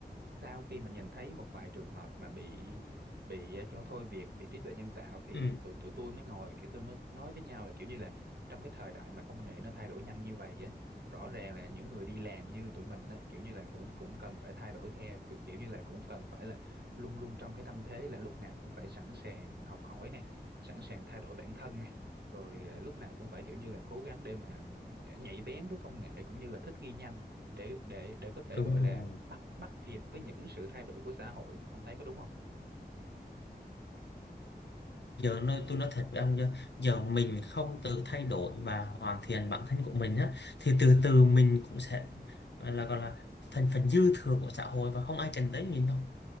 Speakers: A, on the right (about 65°); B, on the left (about 85°).
A: sau khi mà nhìn thấy một vài trường hợp mà bị bị ờ, cho thôi việc vì trí tuệ nhân tạo thì
B: ừ
A: tụi, tụi tôi mới ngồi kiểu tôi mới nói với nhau là kiểu như là trong cái thời đại mà công nghệ nó thay đổi nhanh như vậy á rõ ràng là những người đi làm như tụi mình á kiểu như là cũng cũng cần phải thay đổi theo cũng kiểu như là cũng cần phải là luôn luôn trong cái tâm thế là lúc nào cũng phải sẵn sàng học hỏi nè sẵn sàng thay đổi bản thân nè rồi ờ, lúc nào cũng phải kiểu như là cố gắng để mà nhạy bén với công nghệ cũng như là thích nghi nhanh để để để có thể
B: đúng
A: gọi
B: rồi
A: là bắt bắt kịp với những sự thay đổi của xã hội ông thấy có đúng không
B: giờ nơi tôi nói thật với ông nha giờ mình không tự thay đổi và hoàn thiện bản thân của mình á thì từ từ mình cũng sẽ là gọi là thành phần dư thừa của xã hội và không ai cần tới mình đâu